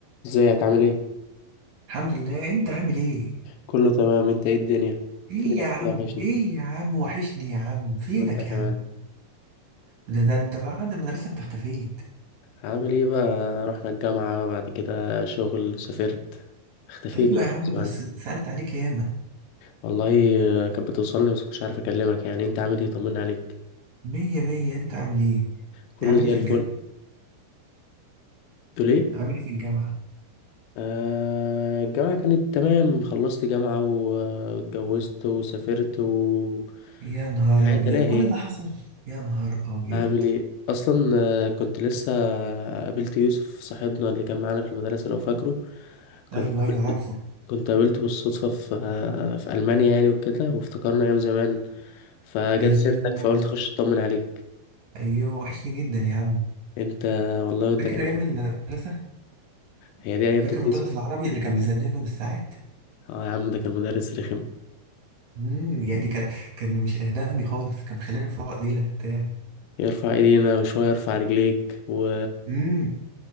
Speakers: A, on the left; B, on the right.
A: ازيك عامل ايه؟
B: الحمد لله انت عامل ايه
A: كله تمام انت ايه الدنيا؟
B: ايه
A: فينك
B: يا عم
A: كده وحشني
B: ايه يا عم وحشني يا عم فينك
A: وانت كمان
B: يا عم ده ده انت بعد المدرسة انت اختفيت
A: عامل ايه بقى رحنا الجامعة بعد كده شغل سافرت اختفيت
B: ايوه
A: يعني
B: يا عم
A: غصب
B: بس
A: عني
B: سألت عليك ياما
A: والله آه، كانت بتوصلني بس مش عارف اكلمك يعني انت عامل ايه طمنا عليك
B: مية مية انت عامل ايه
A: كله
B: عامل
A: زي
B: ايه في
A: الفل
B: الجامعة
A: قلت ليه؟
B: عامل ايه في الجامعة
A: آه الجامعة كانت تمام خلصت جامعة و- واتجوزت وسافرت و
B: يا نهار
A: الحياة
B: ابيض
A: تلاهي
B: كل
A: يعني
B: ده حصل يا نهار ابيض
A: عامل ايه اصلا آه، كنت لسه قابلت يوسف صاحبنا اللي كان معانا في المدرسه لو فاكره كنت
B: ايوه
A: قابلت
B: ايوه عارفه
A: كنت قابلته بالصدفه في آه، في المانيا يعني وكده وافتكرنا ايام زمان فجت
B: ايوه
A: سيرتك فقلت اخش اطمن عليك
B: ايوه وحشني جدا يا عم
A: انت والله وانت
B: فاكر
A: كمان
B: ايام المدرسة
A: هي دي ايام
B: فاكر
A: تتنسي
B: مدرس العربي اللي كان بيذنبنا بالساعات
A: اه يا عم ده كان مدرس رخم
B: امم يعني كان كان مش اهدامي خالص كان بيخلينا نرفع ايدينا بتاع
A: يرفع ايدينا وشويه يرفع رجليك و...
B: امم